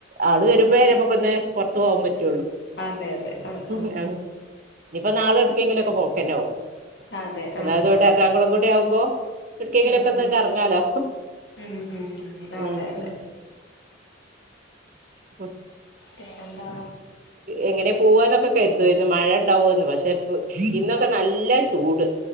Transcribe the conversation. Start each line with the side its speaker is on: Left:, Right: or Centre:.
Right: ആള് വരുമ്പഴേ നമുക്കൊന്ന് പുറത്ത പോവാൻ പറ്റുള്ളു
Left: അതെ അതെ ആഹ്
Right: ഇനിയിപ്പോ നാളെ എടുക്കെങ്കിലും ഓക്കെ പോ കൊനൗ
Left: ആഹ് ഉം അതെ
Right: അതാത്
Left: ആഹ്
Right: ഇവിടെ
Left: ആഹ്
Right: എറാകുളം കൂടി എവിടെയാവുമ്പോ എവിടക്കെങ്കിലും
Left: ഉം
Right: ഒക്കെ ഒന്ന്
Left: ഉം
Right: കറങ്ങാലോ
Left: ഉം മം അതെ
Right: ഉം
Left: അതെ
Right: ഉം ഹോ
Left: പിന്നെ എന്താ
Right: എങ്ങനെ പോവാന്നൊക്കെ കരുതമായിന്ന് മഴ ഇണ്ടാവന്ന് പക്ഷെ ഇന്നൊക്കെ നല്ല ചൂട്